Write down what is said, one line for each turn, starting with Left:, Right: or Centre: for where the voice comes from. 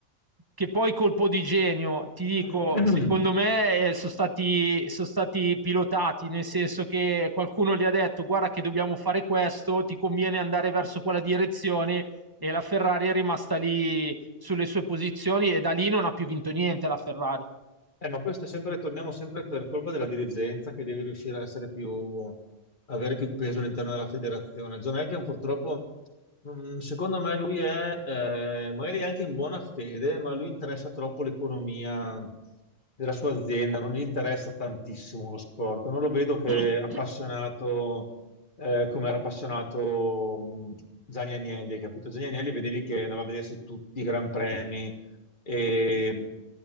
Right: che poi colpo di genio, ti dico,
Left: <clears throat>
Right: secondo me eh, sono stati, sono stati pilotati, nel senso che qualcuno gli ha detto guarda che dobbiamo fare questo, ti conviene andare verso quella direzione e la Ferrari è rimasta lì sulle sue posizioni e da lì non ha più vinto niente la Ferrari.
Left: Eh, ma questo è sempre, torniamo sempre per colpa della dirigenza che deve riuscire a essere più, avere più peso all'interno della federazione. John Elkann purtroppo, mm, secondo me lui è, eh, magari anche in buona fede, ma lui interessa troppo l'economia della sua azienda, non gli interessa tantissimo lo sport. Non lo vedo che
Right: <clears throat>
Left: è appassionato, eh, come era appassionato, mm, Gianni Agnelli, capito? Gianni Agnelli vedevi che andava a vedersi tutti i Gran Premi e